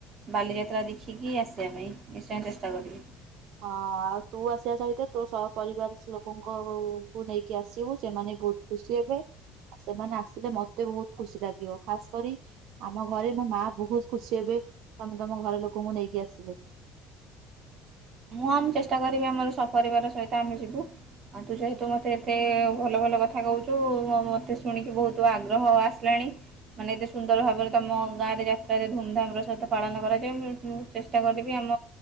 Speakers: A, on the right (about 40°); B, on the right (about 70°).
A: ବାଲିଯାତ୍ରା ଦେଖିକି ଆସିବା ପାଇଁ ନିଶ୍ଚୟ ଚେଷ୍ଟା କରିବି।
B: ହଁ ଆଉ ତୁ ଆସିବା ସହିତ ତୋ ସ ପରିବାର ଲୋକଙ୍କ କୁ ନେଇକି ଆସିବୁ, ସେମାନେ ବହୁତ ଖୁସି ହେବେ, ଆଉ ସେମାନେ ଆସିଲେ ମୋତେ ବହୁତ ଖୁସି ଲାଗିବ, ଖାସ୍ କରି ଆମ ଘରେ ମୋ ମା ବହୁତ ଖୁସି ହେବେ, ତୋମେ ତୋମ ଘର ଲୋକଙ୍କୁ ନେଇକି ଆସିଲେ।
A: ମୁଁ ଆମ ଚେଷ୍ଟା କରିବି ଆମର ସପରିବାର ସହିତ ଆମେ ଯିବୁ, ଆଉ ତୁ ଯେହେତୁ ମୋତେ ଏତେ ଭଲ ଭଲ କଥା କହୁଚୁ, ମୋତେ ଶୁଣିକି ବହୁତ ଆଗ୍ରହ ଆସିଲାଣି ମାନେ ଏତେ ସୁନ୍ଦର ଭାବରେ ତୋମ ଗାଁ ରେ ଯାତ୍ରା ଧୁମଧାମ୍ ର ସହିତ ପାଳନ କରାଯାଏ, ମୁଁ ମୁଁ ଚେଷ୍ଟା କରିବି ଆମ